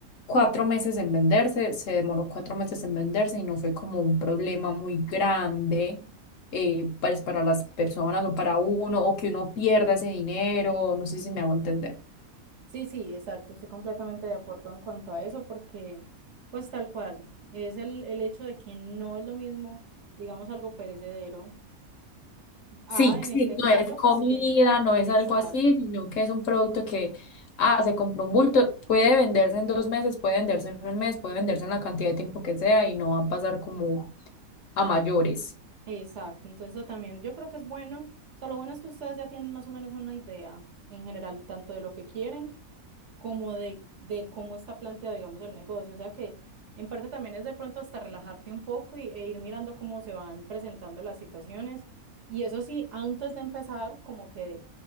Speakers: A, on the left; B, on the right.
A: cuatro meses en venderse, se demoró cuatro meses en venderse y no fue como un problema muy grande eh, pues, para las personas o para uno, o que uno pierda ese dinero, no sé si me hago entender.
B: Sí, sí, exacto, estoy completamente de acuerdo en cuanto a eso, porque pues tal cual, es el, el hecho de que no es lo mismo, digamos, algo perecedero. Ah,
A: Sí,
B: en este
A: sí,
B: caso,
A: no es comida,
B: pues que,
A: no es
B: exacto,
A: algo así, sino que es un producto que, ah, se compró un bulto, puede venderse en dos meses, puede venderse en un mes, puede venderse en la cantidad de tiempo que sea y no va a pasar como a mayores.
B: exacto, entonces eso también yo creo que es bueno, o sea, lo bueno es que ustedes ya tienen más o menos una idea en general, tanto de lo que quieren como de, de cómo está planteado, digamos, el negocio. O sea que en parte también es de pronto hasta relajarte un poco y, e ir mirando cómo se van presentando las situaciones. Y eso sí, antes de empezar, como que